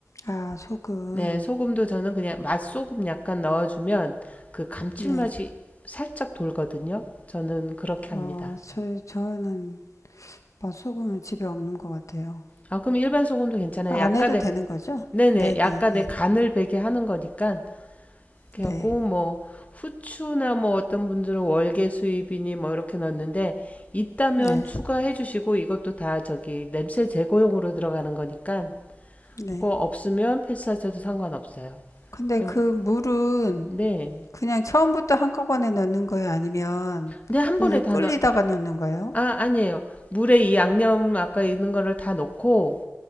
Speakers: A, on the left; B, on the left.
A: 아, 소금.
B: 네, 소금도 저는 그냥 맛소금 약간 넣어주면 그 감칠맛이
A: 네.
B: 살짝 돌거든요. 저는 그렇게 합니다.
A: 어, 저, 저는 맛소금은 집에 없는 것 같아요.
B: 아, 그럼 일반 소금도 괜찮아요.
A: 안
B: 약간의,
A: 해도 되는 거죠?
B: 네네,
A: 네네네.
B: 약간의 간을 배게 하는 거니까. 그래고뭐
A: 네,
B: 후추나 뭐 어떤 분들은 월계 수잎이니 뭐 이렇게 넣는데 있다면
A: 네,
B: 추가해 주시고 이것도 다 저기 냄새 제거용으로 들어가는 거니까
A: 네.
B: 그거 없으면 패스하셔도 상관없어요.
A: 근데
B: 그럼
A: 그 물은
B: 네.
A: 그냥 처음부터 한꺼번에 넣는 거예요? 아니면
B: 근데 한
A: 물을
B: 번에 다
A: 끓이다가
B: 넣,
A: 넣는 거예요?
B: 아, 아니에요. 물에 이 양념 아까 있는 거를 다 넣고